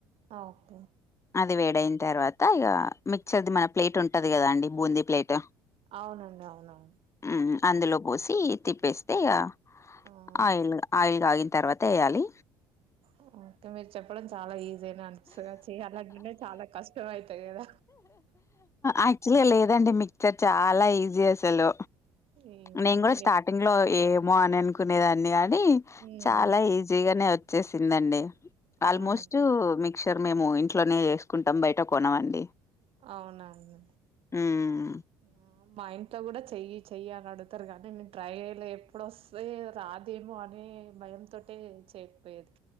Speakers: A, on the right (about 55°); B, on the left (about 25°).
A: ఓకే
B: అది వేడయిన తర్వాత ఇగ మిక్చర్ది మన ప్లేట్ ఉంటది గదా అండి బూందీ ప్లేట్
A: అవునండి అవునవును
B: ఉమ్ అందులో పోసి తిప్పేస్తే ఇగ్
A: ఆ
B: ఆయిల్ ఆయిల్ కాగిన తర్వా తెయ్యాలి
A: <inaudible> చెప్పడం చాలా ఈజీ అయినా <unintelligible> చెయ్యాలంటనే చాలా కష్టం అయితాయి కదా
B: ఆక్ లేదండి మిక్చర్ చాలా ఈజీ అసలు
A: ఏమో
B: నేను కూడా స్టార్ట్
A: ఎప్
B: లో ఏమో అని అనుకునేదాన్ని కాని
A: హ్మ్
B: చాలా ఈజి జీగానే వచ్చేసిందండి ఆల్మోస్ట్
A: అవునండి
B: మిక్ క్షర్ మేము ఇంట్లోనే చేసుకుంటాం బయట కొనమండి
A: అవున అండి
B: హ్మ్.
A: ఊ మా ఇంట్లో కూడా చెయ్యి చెయ్యి అని అడుతారు కానీ మేము ట్రై చెయ్యలే ఎప్పుడొస్తే రాదేమో అని భయంతోటే చేయకపోయేది